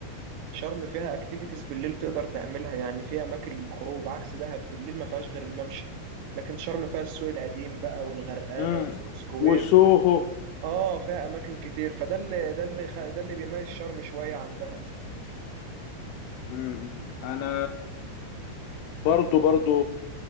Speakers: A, on the right; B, on the left.
A: شرم فيها اكتيفيتيز بالليل تقدر تعملها يعني فيها اماكن للخروج عكس دهب بالليل ما فيهاش غير الممشى لكن شرم فيها السوق القديم بقى والغرقانه
B: امم
A: وسوق سكوير
B: وسوهو
A: اه فيها اماكن كتير فده اللي ده اللي خ... ده اللي بيميز شرم شويه عن دهب
B: امم انا برضو برضو